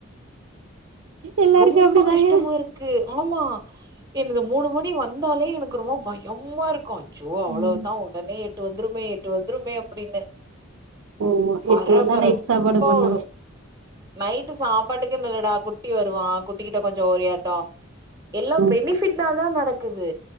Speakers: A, on the right (about 70°); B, on the right (about 15°).
A: எல்லாருக்கு
B: ரொம்ப
A: அப்டிதாங்க
B: கஷ்டமாருக்கு ஆமா என்னது மூணு மணி வந்தாலே எனக் ஒரு மார் பய்யம்மாருக்கோ அ ச்சோ அவ்ளோதா
A: ம்
B: உடனே எட்டு வந்துருமே எட்டு வந்துரும்மே அப்புடின்னு
A: ஆமா
B: பரபரப்பா
A: எட்டு மணிதா நைட் சாப்பாடு பண்ணுவே
B: வரு நைட்டு சாப்பாட்டுக்கு மேடா குட் ட்டி வருவா குட் ட்டி கொஞ்சோ <unintelligible> <unintelligible> எல்லா
A: ம்
B: பெனிஃபிட் தா ந நடக்குது